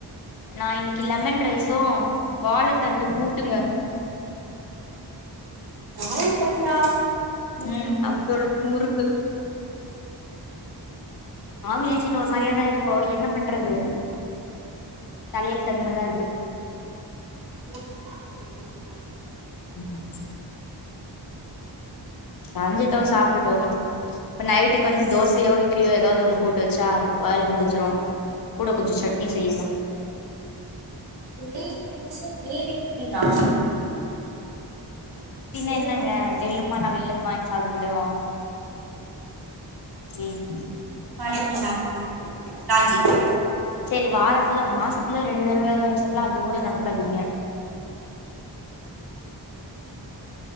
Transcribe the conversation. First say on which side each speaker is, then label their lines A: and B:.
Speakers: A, on the left (about 55°); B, on the right (about 60°).
A: நா இன்னைக்கு லெமன் ரைஸு வாழத்தண்டு கூட்டுங்க
B: வாழத்தண்டா
A: ம் அத்தோட முறுக்கு காமினேஷன் ஒரு
B: ம்
A: மாறியாதா இருக்கு என்ன பண்றது தலையெலுத்து அந்த மாறிதா தா இருக்கு
B: ம் சாப்டதுல அதுதா
A: ம் சஞ்சுட்டோ சாப்ட்டுட்டோ இப்ப நைட்டுக்கு வந்து தோசையோ இட்லியோ ஏதாவ்து ஒண்ணு போட்டு வச்சா வேல முடிஞ்சுரு கூட கொஞ்சோ சட்னி செய்யணு
B: நீ டெய்லி இப்டியா
A: பின்ன என்னங்க டெய்லியுமா நா வெல்லந்து வாங்கி சாப்ட முடியு ம்
B: கரெக்டு தா லாஜிக்
A: ச்சேரி வாரத்துல மாசத்துல ரெண்டு தடவயாது வாங்கி சாப்புலா அதுகூட நடக்காது இங்க